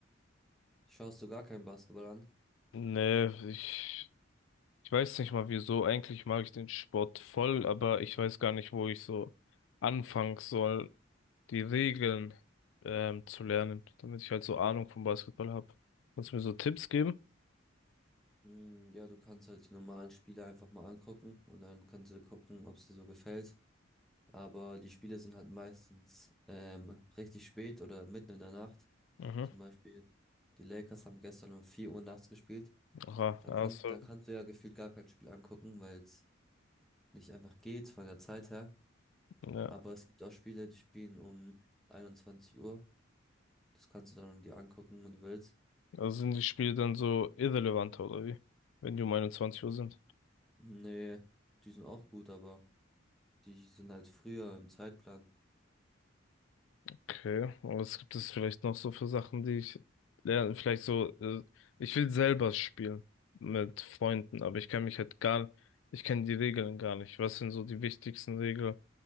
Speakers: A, in the centre; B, on the left.
A: Schaust du gar keinen Basketball an?
B: Nee, ich Ich weiß nicht mal wieso. Eigentlich mag ich den Sport voll, aber ich weiß gar nicht, wo ich so anfangen soll, die Regeln ähm, zu lernen, damit ich halt so Ahnung vom Basketball habe. Kannst du mir so Tipps geben?
A: Hm, ja, du kannst halt die normalen Spiele einfach mal angucken und dann kannst du gucken, ob es dir so gefällt. Aber die Spiele sind halt meistens ähm, richtig spät oder mitten in der Nacht.
B: Mhm.
A: Zum Beispiel, die Lakers haben gestern um 4 Uhr nachts gespielt.
B: Aha,
A: Dann
B: also,
A: kann, dann kannst du ja gefühlt gar kein Spiel angucken, weil es nicht einfach geht von der Zeit her.
B: ja.
A: Aber es gibt auch Spiele, die spielen um 21 Uhr. Das kannst du dann dir angucken, wenn du willst.
B: Also sind die Spiele dann so irrelevanter oder wie? Wenn die um 21 Uhr sind.
A: Nee, die sind auch gut, aber die sind halt früher im Zeitplan.
B: Okay, aber was gibt es vielleicht noch so für Sachen, die ich lerne? Vielleicht so, äh, ich will selber spielen mit Freunden, aber ich kann mich halt gar, ich kenne die Regeln gar nicht. Was sind so die wichtigsten Regeln,